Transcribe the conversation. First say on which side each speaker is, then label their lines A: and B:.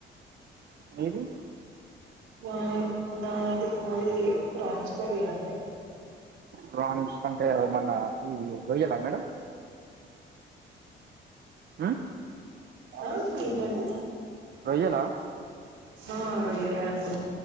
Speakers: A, on the right; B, on the right.
A: మిది
B: మా మాది మాది ఫ్రాన్స్ కర్రీ అండి
A: ప్రాన్స్ అంటే మన్న ఇ రొయ్యల మేడం ఉహ్మ్మ్
B: ఆహ్ ఏంటండి
A: రొయ్యలా
B: ఆ రొయ్యలే అండి